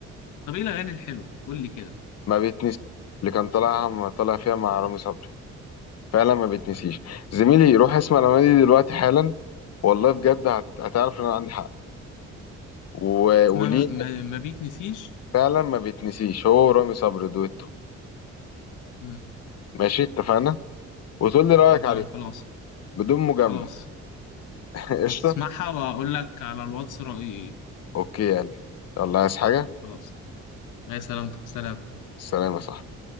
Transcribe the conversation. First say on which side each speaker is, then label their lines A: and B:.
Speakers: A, on the left; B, on the left.
A: طب ايه الاغاني الحلوه قول لي كده
B: ما بيتنسي اللي كان طالعها ما طالع فيها مع رامي صبري فعلا ما بيتنسيش زميلي روح اسمع الاغاني دي دلوقتي حالا والله بجد هت- هتعرف ان انا عندي حق و...
A: ما
B: وليه
A: ما, ما ما بيتنسيش
B: فعلا ما بيتنسيش هو ورامي صبري دويتو
A: مم،
B: ماشي اتفقنا وتقول لي رايك
A: اتفقنا
B: عليها
A: خلاص
B: بدون مجامله
A: خلاص
B: <laughs> قشطه
A: هتسمعها وأقول لك على الواتس رأيي إيه
B: اوكي يلا يلا عايز حاجه
A: خلاص يا سلام سلام
B: سلام يا صاحبي